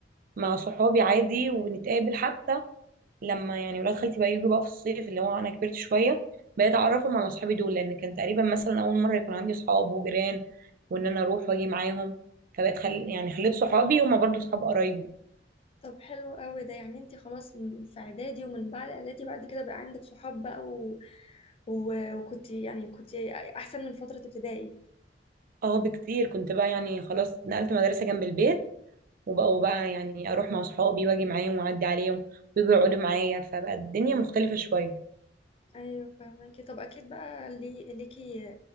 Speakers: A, on the right; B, on the left.
A: مع صحابي عادي ونتقابل حتى لما يعني ولاد خالتي بقى يجوا بقى في الصيف اللي هو أنا كبرت شوية بقيت أعرفهم على صحابي دول لأن كان تقريبا مثلا أول مرة يكون عندي صحاب وجيران وإن أنا أروح وأجي معاهم فبقت خل... يعني خليت صحابي هما برضو صحاب قرايبي
B: طب حلو قوي ده يعني انت خلاص م- في اعدادي ومن بعد اعدادي بعد كده بقى عندك صحاب بقى و... و... وكنت يعني كنت احسن من فترة ابتدائي
A: اه بكتير كنت بقى يعني خلاص نقلت مدرسة جنب البيت وبقوا بقى يعني اروح مع صحابي واجي معاهم واعدي عليهم ويجوا يقعدوا معايا فبقى الدنيا مختلفة شوية
B: ايوه فاهمكي طب اكيد بقى لي ليكي